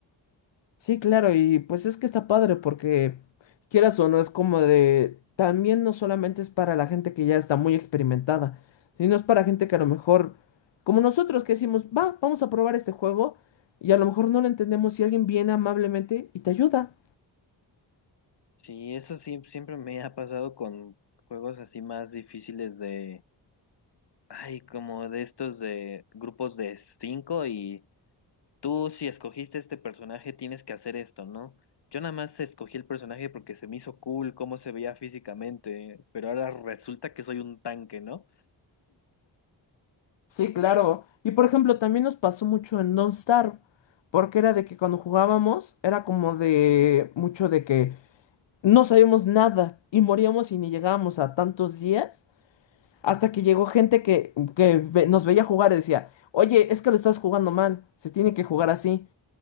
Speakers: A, on the left; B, on the left.
A: Sí, claro, y pues es que está padre porque quieras o no, es como de, también no solamente es para la gente que ya está muy experimentada, sino es para gente que a lo mejor, como nosotros que decimos, va, vamos a probar este juego y a lo mejor no lo entendemos y alguien viene amablemente y te ayuda.
B: Sí, eso sí, siempre me ha pasado con juegos así más difíciles de, ay, como de estos de grupos de cinco y... Tú, si escogiste este personaje, tienes que hacer esto, ¿no? Yo nada más escogí el personaje porque se me hizo cool cómo se veía físicamente, pero ahora resulta que soy un tanque, ¿no?
A: Sí, claro. Y por ejemplo, también nos pasó mucho en Don't Starve, porque era de que cuando jugábamos era como de mucho de que no sabíamos nada y moríamos y ni llegábamos a tantos días. Hasta que llegó gente que, que ve- nos veía jugar y decía, oye, es que lo estás jugando mal, se tiene que jugar así.